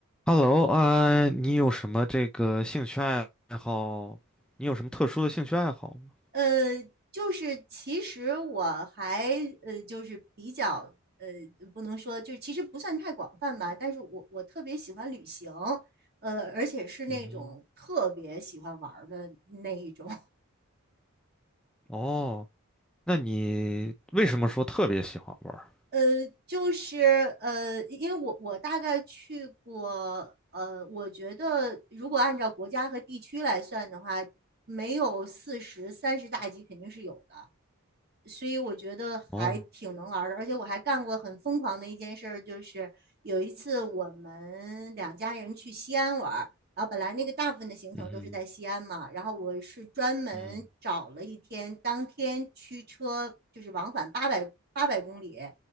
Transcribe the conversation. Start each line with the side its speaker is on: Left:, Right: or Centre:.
Centre: Hello 啊，你有什么这个兴趣爱好？你有什么特殊的兴趣爱好吗？
Right: 呃，就是其实我还呃，就是比较呃，不能说就是其实不算太广泛吧，但是我我特别喜欢旅行，呃，而且是那种特别喜欢玩儿的那一种。
Centre: 嗯哼，哦，那你为什么说特别喜欢玩儿
Right: 呃，就是呃，因为我我大概去过，呃，我觉得如果按照国家和地区来算的话，没有四十、三十大几肯定是有的，所以我觉得还挺能玩儿的。
Centre: 哦，
Right: 而且我还干过很疯狂的一件事儿，就是有一次我们两家人去西安玩儿，然后本来那个大部分的行程都是在西安嘛，
Centre: 嗯哼，
Right: 然后我是专门找了一天，
Centre: 嗯
Right: 当天驱车就是往返八百八百公里。